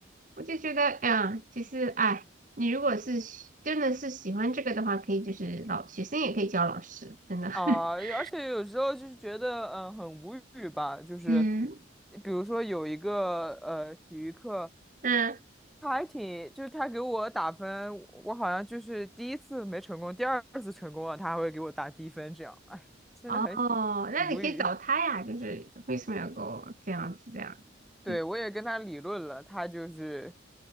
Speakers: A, on the right (about 40°); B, in the centre.
A: 我就觉得，哎呀，其实，哎，你如果是喜真的是喜欢这个的话，可以就是老学生也可以教老师，真的。
B: 啊，
A: <laughs>
B: 而且有时候就是觉得，嗯，很无语吧。就是，
A: 嗯，
B: 比如说有一个呃体育课，
A: 嗯，
B: 他还挺，就是他给我打分，我好像就是第一次没成功，第二次成功了，他还会给我打低分，这样，哎，真的很
A: 哦，那你可以找他呀，
B: 无语。
A: 就是为什么要给我这样子这样？
B: 对，
A: 对，
B: 我也跟他理论了，他就是，